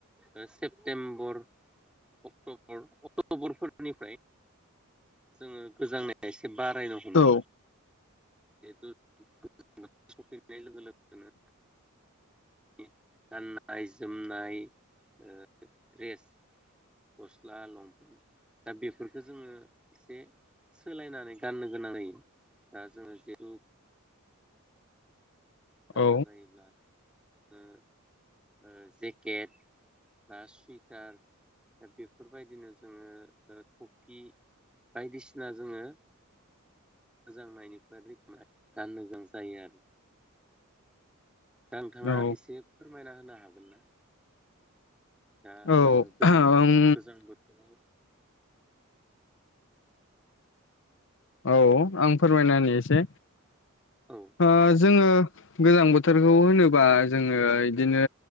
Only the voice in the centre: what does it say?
ओ सेप्तेम्बर अक्टबर अक्ट'बरफोरनिफ्राय जोङो गोजांनाय एसे बारायनो हमो
<unintelligible> <inaudible> सौफैनाय लोगो लोगो। दिनो
गाननाय जोमनाय ओ द्रेस गस्ला लंप दा बेफोरखौ जोङो एसे सोलायनानै गाननो गोनां जायो। दा जोङो जेतु थाखा
जायोब्ला ओ ओ जेकेट बा सुइटार बेफोरबायदिनो जोङो ओ थफि बायदिसिना जोङो गोजांनायनिफ्राय रैखोमा गाननो गोनां जायो आरो दा नोंथाङा
एसे फोरमायना होनो हागोन ना। दा
गोजां
गोजां बोथोराव
औ